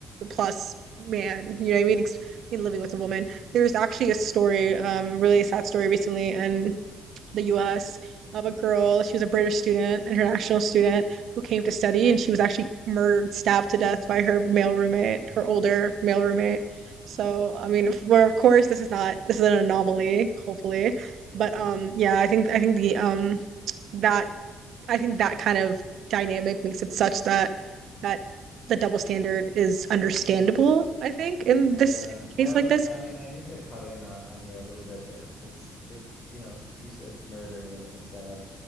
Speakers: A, on the right; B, on the left.
A: plus man. You know
B: Mhm.
A: what I mean? Ex- living with a woman. There's actually a story,
B: Yeah.
A: um, really sad story recently in the U.S. of a girl. She was a British student, international student who came to study, and
B: Mhm.
A: she was actually murdered, stabbed to death by her male roommate, her older male roommate.
B: Wow.
A: So I mean, if, we of course this is not this is an anomaly, hopefully,
B: Yeah.
A: but um, yeah, I think I think the um that I think that kind of dynamic makes it such that that the double standard is understandable, I think, in this
B: Yeah.
A: in a
B: Well,
A: case like this.
B: I mean, I need to cut in on, on you a little bit there because if, you know, you said murdered and, and stabbed,